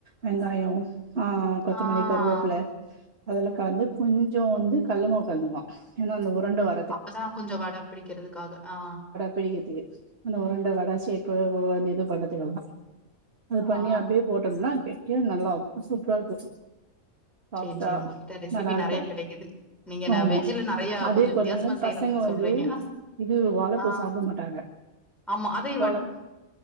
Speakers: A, on the right; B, in the centre.
A: வெங்காயோ ஆ கொத்தமல்லி
B: ஆ.
A: கருவபிள்ள அதலா கலந்து கொஞ்சோ வந்து கல்ல மாவு கலந்துக்லா ஏனா அந்த உருண்ட வ
B: அப்பதா கொஞ்ச வட பிடிக்றதுக்காக ஆ
A: பிடிகத்துக்கு அந்த உருண்ட வட ஷேப்பு வு இது பண்ணத்துக்கெல்லா இது பண்ணி
B: ஆ
A: அப்டியே போட்டும்னா கெட்டியா நல்லா சூப்பரா இருக்கு சாஃப்டா
B: சரி சரி உங்ககிட்ட ரெசிபி
A: நல்லா இருக்கு
B: நெறைய கெடைக்குது. நீங்க ந
A: ஆமா
B: வெஜ்ல நெறைய
A: அதே
B: கொஞ்சம்
A: போல
B: வித்தியாசமா செய்யறதுக்கு
A: பசங்க வந்து
B: சொல்றீங்க.
A: இது வாழப்பூ
B: ஆ
A: சாப்ட மாட்டாங்க
B: ஆமா அதே
A: வாழப்